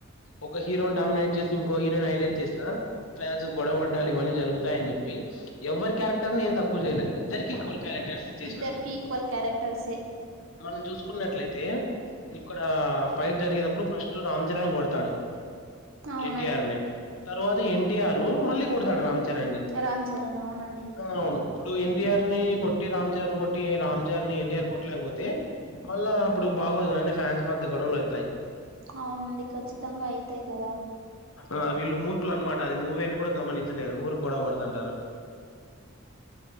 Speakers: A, on the left; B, on the right.
A: ఒక హీరోని డామినేట్ చేసి ఇంకో హీరో ని హైలైట్ చేసిన ఫ్యాన్స్ గొడవ పడ్డాలు ఇవన్నీ జరుగుతాయని చెప్పి, ఎవ్వరి క్యారెక్టర్ నీ ఏం తక్కువ చేయల ఇ ఇద్దరికీ ఈక్వల్ క్యారెక్టర్స్ ఇచ్చేసినాడు.
B: ఇద్దరికీ ఈక్వల్ క్యారెక్టర్సే
A: మనం చూసుకున్నట్లయితే ఇక్కడ ఫైట్ జరిగేటప్పుడు ఫస్ట్ రామ్ చరణ్ కొడతాడు
B: అవునండి
A: ఎన్టీఆర్ ని తర్వాత ఎన్టీఆరు మళ్ళీ కొడతాడు రామ్ చరణ్ ని
B: రామ్ చరణ్ అవునండి
A: అవును ఇప్పుడు ఎన్టీఆర్ ని కొట్టి రామ్చరణ్ కొట్టి రామ్చరణ్ ని ఎన్టీఆర్ కొట్టలేకపో తే మళ్ళా అప్పుడు బాగోదు కాని ఫ్యాన్స్ మధ్య గొడవలు అయితాయ్
B: అవునండి ఖచ్చితంగా అయితాయి కదా
A: ఆ వీళ్ళు మూర్ఖులు అన్నమాట అది మూవీ అని కూడా గమనించలేరు ఊరి గొడవ పడ తంటారు